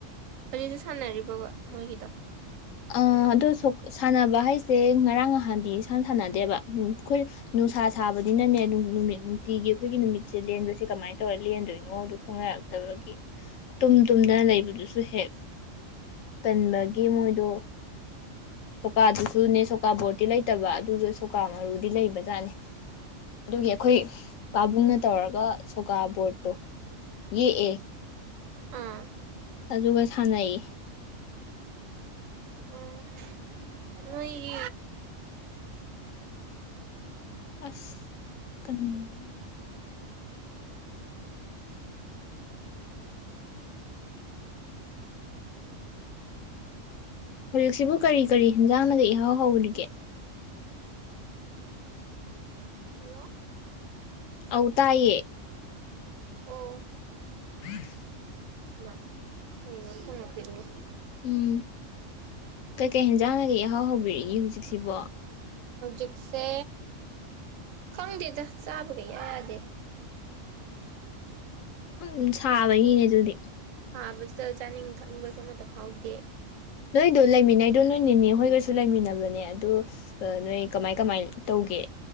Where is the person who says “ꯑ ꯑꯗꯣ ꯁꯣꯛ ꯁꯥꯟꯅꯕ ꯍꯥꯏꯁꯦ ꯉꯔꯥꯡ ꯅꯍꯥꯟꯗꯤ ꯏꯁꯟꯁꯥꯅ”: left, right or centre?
Left